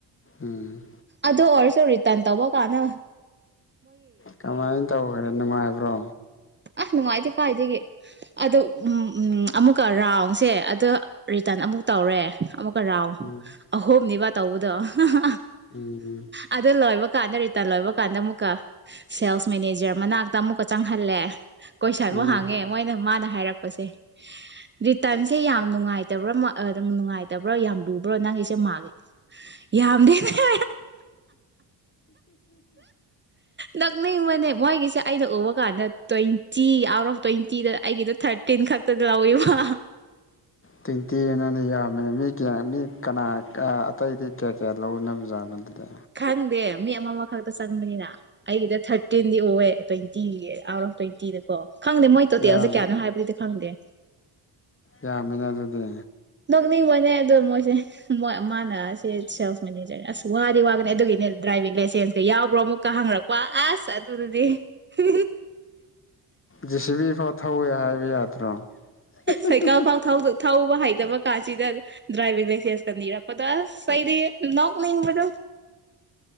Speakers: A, on the left (about 25°); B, on the right (about 25°).
A: ꯎꯝ
B: ꯑꯗꯨ ꯑꯣꯏꯔꯁꯨ ꯔꯤꯇꯔꯟ ꯇꯧꯕ ꯀꯅ
A: ꯀꯃꯥꯏꯅ ꯇꯧꯈ꯭ꯔꯦꯅꯣ ꯅꯨꯡꯉꯥꯏꯕ꯭ꯔꯣ
B: ꯑꯁ ꯅꯨꯡꯉꯥꯏꯇꯦ ꯀꯥꯏꯗꯒꯤ ꯑꯗꯨ ꯑꯝ ꯑꯝ ꯑꯃꯨꯛꯀ ꯔꯥꯎꯟꯁꯦ ꯑꯗ ꯔꯤꯇꯟ ꯑꯃꯨꯛ ꯇꯧꯔꯦ ꯑꯃꯨꯛ ꯥꯀꯔꯥꯎ
A: ꯎꯝ
B: ꯑꯍꯣꯝꯅꯤꯕ ꯇꯧꯕꯗꯣ ꯍꯍ
A: ꯎꯝ
B: ꯑ ꯑꯗ ꯂꯣꯏꯕ ꯀꯥꯟꯗ ꯔꯤꯇꯜ ꯂꯣꯏꯕ ꯀꯥꯟꯗ ꯑꯃꯨꯛꯀ ꯁꯦꯜꯁ ꯃꯦꯅꯦꯖꯔ ꯃꯅꯥꯛꯇ ꯑꯃꯨꯛꯀ ꯆꯪꯍꯜꯂꯦ ꯀꯣꯏꯁꯜꯕꯨ
A: ꯎꯝ
B: ꯍꯥꯡꯉꯦ ꯃꯣꯏꯅ ꯃꯥꯅ ꯍꯥꯏꯔꯛꯄꯁꯦ ꯔꯤꯇꯟꯁꯦ ꯌꯥꯝ ꯅꯨꯡꯉꯥꯏꯇꯕ꯭ꯔꯥ ꯃ ꯑꯗꯨꯝ ꯅꯨꯡꯉꯥꯏꯇꯕ꯭ꯔ ꯌꯥꯝ ꯂꯨꯕ꯭ꯔꯣ ꯅꯪꯒꯤꯁꯦ ꯃꯥꯂꯤ ꯌꯥꯝꯗꯦꯅꯦ ꯅꯛꯅꯤꯡꯕꯅꯦ ꯃꯣꯏꯒꯤꯁꯦ ꯑꯩꯅ ꯎꯕ ꯅ ꯅꯠꯇꯣꯏꯟ ꯆꯤ ꯑꯥꯎꯠ ꯑꯣꯐ ꯇ꯭ꯋꯦꯟꯇꯤꯗ ꯑꯩꯒꯤꯗꯣ ꯊꯥꯔꯇꯤꯟ ꯈꯛꯇꯗ ꯂꯧꯏ ꯋꯥ
A: ꯇꯣꯏꯟꯇꯤ ꯑꯅꯅꯦ ꯌꯥꯝꯃꯦ ꯍꯥꯏꯃꯤ ꯄꯤꯌꯥꯔꯃꯤ ꯀꯅꯥ ꯑ ꯑꯇꯩꯗꯤ ꯀꯌꯥ ꯀꯌꯥ ꯂꯧꯅꯕ ꯖꯥꯠꯅꯣ ꯑꯗꯨꯗ
B: ꯈꯪꯗꯦ ꯃꯤ ꯑꯃꯃꯈꯛꯇ ꯆꯪꯕꯅꯤꯅ ꯑꯩꯒꯤꯗ ꯊꯥꯔꯇꯤꯟꯗꯤ ꯎꯋꯦ ꯇ꯭ꯋꯦꯟꯇꯤ ꯑꯥꯎꯠ ꯑꯣꯐ ꯇ꯭ꯋꯦꯟꯇꯤꯗꯀꯣ ꯈꯪꯗꯦ ꯃꯣꯏ ꯇꯣꯇꯦꯜꯁꯦ
A: ꯌꯥꯝ
B: ꯀꯌꯥꯅꯣ ꯍꯥꯏꯕꯗꯨꯗꯤ ꯈꯪꯗꯦ
A: ꯌꯥꯝꯃꯦꯅꯦ ꯑꯗꯨꯗꯤ
B: ꯅꯣꯛꯅꯤꯡꯕꯅꯦ ꯑꯗꯣ ꯃꯣꯏꯁꯦ ꯃꯣꯏ ꯃꯥꯅ ꯑꯁꯦ ꯁꯦꯜꯁ ꯃꯦꯅꯦꯖꯔꯅꯦ ꯑꯁ ꯋꯥꯗꯤ ꯋꯥꯒꯅꯤ ꯑꯗꯨꯒꯤꯅꯦ ꯗ꯭ꯔꯥꯏꯚꯤꯡ ꯂꯥꯏꯁꯦꯟꯁꯀ ꯌꯥꯎꯕ꯭ꯔꯣ ꯑꯃꯨꯛꯀ ꯍꯪꯔꯛꯄ ꯑꯁ ꯆ ꯑꯗꯨꯗꯨꯗꯤ ꯍ
A: ꯖꯦꯁꯤꯕꯤ ꯐꯥꯎꯠ ꯊꯧꯋꯦ ꯍꯥꯏꯕ ꯌꯥꯗ꯭ꯔꯣ <unintelligible>
B: ꯁꯥꯏꯀꯜ ꯐꯥꯎ ꯊꯧꯕ ꯍꯧꯇꯕꯀꯥꯟꯁꯤꯗ ꯗ꯭ꯔꯥꯕꯤꯡ ꯂꯥꯏꯁꯦꯟꯁ ꯀ ꯅꯤꯔꯛꯄꯗꯣ ꯑꯁ ꯑꯩꯗꯤ ꯅꯣꯛꯅꯤꯡꯕꯗ